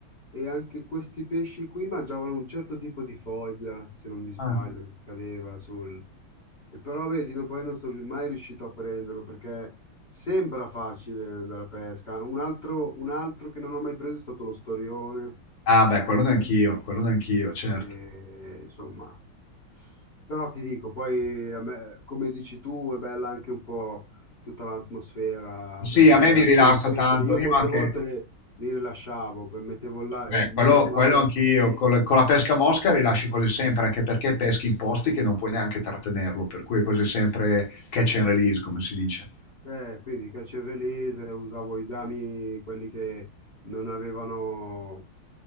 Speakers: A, on the left; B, on the left.
A: e anche questi pesci qui mangiavano un certo tipo di foglia, se non mi sbaglio,
B: Ah,
A: che cadeva sul... E però vedi, no- poi non sono mai riuscito a prenderlo perché sembra facile andare a pesca. Un altro, un altro che non ho mai preso è stato lo storione,
B: Ah, beh, quello neanch'io, quello neanch'io, certo.
A: che insomma. Però ti dico, poi a me, come dici tu, è bella anche un po' tutta l'atmosfera,
B: Sì,
A: perché
B: a
A: poi
B: me mi
A: alla
B: rilassa
A: fine il pesce,
B: tanto,
A: io
B: io
A: molte
B: anche...
A: volte le- li rilasciavo, per- mettevo là,
B: Beh,
A: eh, mettevo
B: quello, quello
A: l'amo,
B: anch'io, col- con, la pesca a mosca rilasci quasi sempre, anche perché peschi in posti che non puoi neanche trattenerlo, per cui è quasi sempre catch and release, come si dice.
A: eh, quindi catch and release, usavo i gami, quelli che non avevano